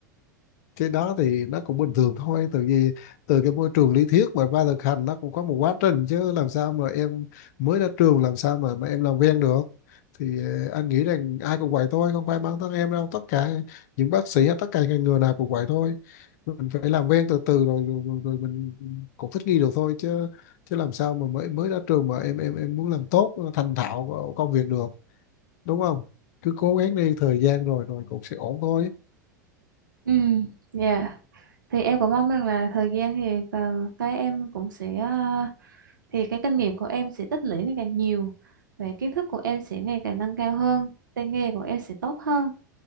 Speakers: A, on the left; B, on the right.
A: cái đó thì nó cũng bình thường thôi từ vì từ cái môi trường lý thuyết mà qua thực hành nó cũng có một quá trình chứ làm sao mà em mới ra trường làm sao mà mà em làm quen được thì ờ, anh nghĩ rằng ai cũng vậy thôi không phải bản thân em đâu tất cả những bác sĩ hay tất cả ngành nghề nào cũng vậy thôi mình phải làm quen từ từ rồi rồi, rồi, rồi mình cũng thích nghi được thôi chứ chứ làm sao mà mới mới ra trường mà em em em muốn làm tốt ờ, thành thạo ờ, công việc được đúng không cứ cố gắng đi thời gian rồi rồi cũng sẽ ổn thôi
B: Ừ, dạ. Thì em cũng mong rằng là thời gian thì ờ, cái em cũng sẽ ờ, thì cái kinh nghiệm của em sẽ tích lũy ngày càng nhiều và kiến thức của em sẽ ngày càng nâng cao hơn, tay nghề của em sẽ tốt hơn.